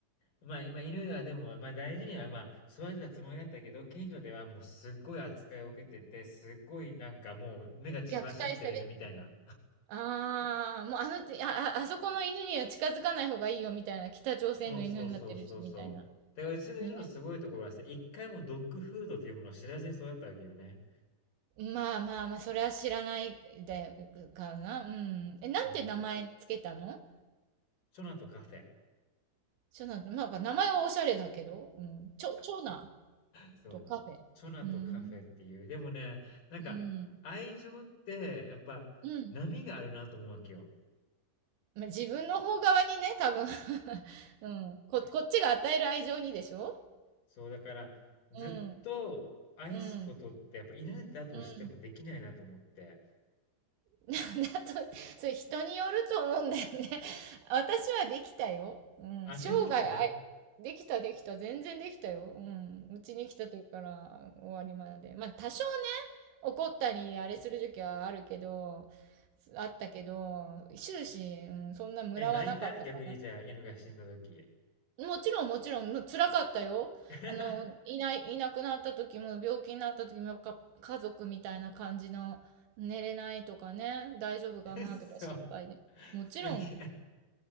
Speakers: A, on the left; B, on the right.
A: まあ、今犬はでも、まあ大事には、まあ、育てたつもりだったけど、近所ではもうすっごい扱いを受けてて、すっごいなんかもう目が血走ってる犬みたいな。
B: 虐待されああ、もうあの、あああそこの犬には近づかない方がいいよみたいな、北朝鮮の犬になってるしみたいな。
A: そうそうそうそうそう。だからうちの犬のすごいところはさ、
B: え
A: 一回もドッグフードというものを知らずに育ったわけよね。
B: ーまあまあまあ、それは知らないで、うかな。うん。え、なんて名前つけたの？
A: うん。チョナとカフェ。
B: ちょなんなんか名前はおしゃれだけど、うん、ちょ長男
A: そう、
B: とカフェ。
A: チョナとカフェっていう。
B: うーん、
A: でもね、なんか、
B: うん、
A: 愛情って、やっぱ、
B: うん。
A: 波があるなと思うわけよ。
B: まあ、自分の方側にね、多分 <laughs>。うん。ここっちが与える愛情にでしょ？
A: そう、だから、ずっと愛すことって、
B: うん、うん、
A: やっぱ犬だとしてもできないなと思って。
B: うん。<laughs> だと、それ人によると思うんだよね。<laughs> 私はできたよ。うん、
A: あ、
B: 生涯あいできたできた、
A: できた
B: 全然できたよ。うん、うちに来た時から終わりまで。まあ、多少ね怒ったりあれする時はあるけど、あったけど、終始、うん、そんなムラはなかったかな。
A: え、泣いた逆にじゃあ、犬が死んだ時。
B: もちろんもちろん、む辛かったよ。
A: <laughs>
B: あの、いない、いなくなった時も、病気になった時も、か、家族みたいな感じの、寝れないとかね、大丈夫かなとか心配で。
A: そう
B: もちろん、
A: すげえ。